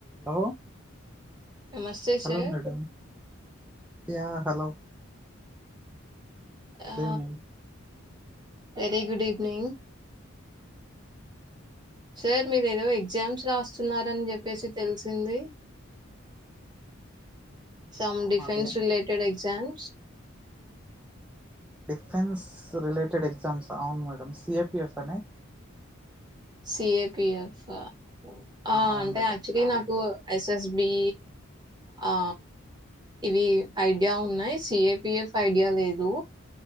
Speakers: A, in the centre; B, on the right.
A: హలో
B: నమస్తే sir
A: hello madam yeah hello good
B: ఆ
A: evening
B: very good evening
A: ఆ
B: సార్ మీరు ఏదో ఎగ్జామ్స్ రాస్తున్నారని చెప్పేసి తెలిసింది సమ్
A: అవును
B: defence
A: అదే
B: related exam
A: defence related exams అవును madam C A P F అని
B: సి ఏ పి ఎఫ్ ఆ ఆ
A: అవును
B: అంటే
A: మేడం
B: యాక్చువలీ నాకు ఎస్ ఎస్ బి ఆ ఇవి ఐడియా ఉన్నాయి C A P F idea లేదు